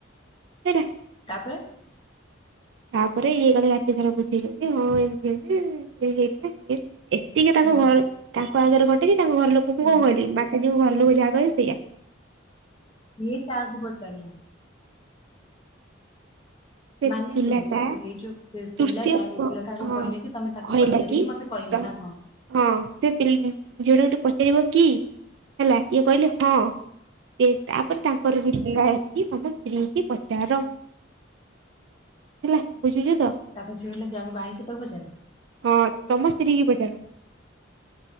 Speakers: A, on the right (about 60°); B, on the left (about 25°).
A: ସଇଲା।
B: ତାପରେ
A: ତାପରେ ଇଏ କାଳେ ରାତି ସାରା ବୁଝେଇଚନ୍ତି। ହଁ ଏମିତି ଏମିତି ଇଏ ହେଇଥିଲା ଇଏ ଏତିକି ତାଙ୍କ
B: ହୁଁ
A: ଘର ତାଙ୍କ ଆଗରେ ଘଟିଚି। ତାଙ୍କ ଘର ଲୋକଙ୍କୁ
B: ହୁଁ
A: କଣ କହିଲି ମାତାଜୀଙ୍କୁ ଘର ଲୋକ ଯାହା କହେଲେ ସେୟା।
B: ଇଏ କାହାକୁ ପଚାରିଲା?
A: ସେ
B: ମାନେ
A: ପିଲାଟା
B: ଶୁଣ ସେ ଏଇ ଯୋଉ ପି-ପିଲାଟା
A: ତୃତୀୟ
B: ଏଇ ପିଲାଟାକୁ
A: ହଁ
B: କହିଲା କି ତମେ ତାକୁ
A: କହିଲା
B: ପଚାରିକି
A: କି
B: ମତେ କହିବ
A: ତ
B: ନା କଣ?
A: ହଁ ସେ ପି ଝିଅ ଟାକୁ ଟିକେ ପଚାରିବ କି? ହେଲା ଇଏ କହିଲେ ହଁ। କ ତାପରେ ତାଙ୍କର ଯଉ ପିଲା ଆସିଚି ତମ ସ୍ତ୍ରୀ କି ପଚାର। ହେଲା ବୁଝୁଚୁ ତ।
B: ତାପରେ ସେ କହିଲା ଯାହାକୁ ବାହା ହେଇଛ ତାକୁ ପଚାର
A: ହଁ ତମ ସ୍ତ୍ରୀ କି ପଚାର।